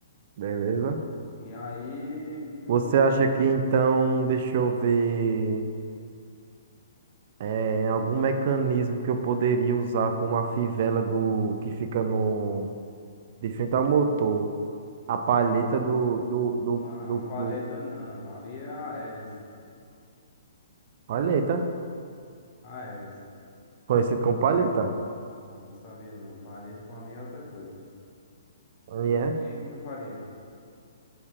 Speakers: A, on the right; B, on the left.
A: Beleza?
B: E aí, tu
A: Você
B: tá.
A: acha que então, deixa eu ver. É, algum mecanismo que eu poderia usar como a fivela do que fica no. de frente
B: Como
A: ao
B: é
A: motor,
B: que é?
A: a palheta do, do, do,
B: Não,
A: do,
B: palheta
A: do-
B: não. Ali é a hélice.
A: palheta,
B: A hélice.
A: conhecido como palheta.
B: Ah, não sabia não. Palheta pra mim é outra coisa.
A: Aí
B: E aí,
A: é.
B: o que tu faria?